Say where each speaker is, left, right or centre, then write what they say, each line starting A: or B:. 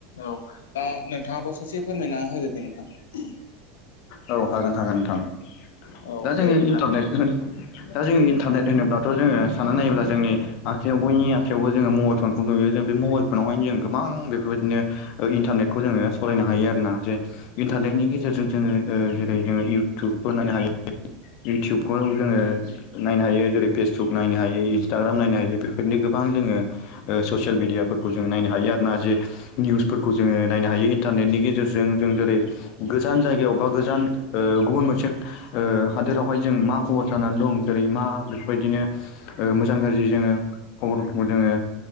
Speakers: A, on the left; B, on the left.
A: औ दा नोंथाङाबो ससे फोरमायना होदो दे नोंथां।
B: औ हागोन हागोन नोंथां
A: औ
B: दा जोङो
A: दे बिदिब्ला
B: इन्टारनेट होन दा जोङो इन्टारनेट होनोब्लाथ' जोङो सनानै नायोब्ला जोंनि आखाइयाव बयनि आखायावयावबो जोङो मबेल फनखौ नुयो जों बे मबाइल फनावहायनो जों गोबां बेफोरबायाददिनो ओ इन्टारनेटखौ जोङो सालायनो हायो आरोना जे इन्टारनेटनि गेजेरजों जोङो ओ जेरै जोङो इयउटुबबो नायनो हायो युटुबखौ जोङो नायनो हायो जेरै फेसबुक नायनो हायो इन्सटाग्राम नायनो हायो बेफोरनो गो गोबां जोङो ओ ससियेल मिडियाफोरखौ जों नायनो हायो आरो ना जे निउसफोरखौ जोङो नायनो हायो। इन्टारनेटनि गेजेरजों जों जेरै गोजान जायगायाव बा गोजान ओ गुबुन मोनसे ओ हा दोरावहाय जों मा खबर जानानै दं जेरै मा बेफोरबायदिनो ओ मोजां गाज्रि जोङो खबरफोरखौ जोङो